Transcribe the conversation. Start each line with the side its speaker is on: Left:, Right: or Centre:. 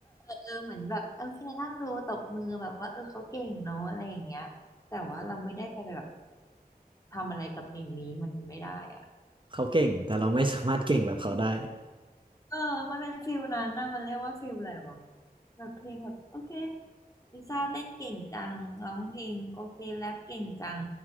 Left: เออเหมือนแบบโอเคนั่งดูตบมือแบบว่าเออเขาเก่งเนาะอะไรอย่างเงี้ยแต่ว่าเราไม่ได้ไปแบบ ทำอะไรกับเพลงนี้มันไม่ได้อ่ะ
Right: เขาเก่งแต่เราไม่สามารถเก่งแบบเขาได้
Left: เออมันเป็นฟิลนั้นนะมันเรียกว่าฟิลอะไรวะแบบเพลงแบบโอเคลิซ่าเต้นเก่งจังร้องเพลงโอเคแรปเก่งจัง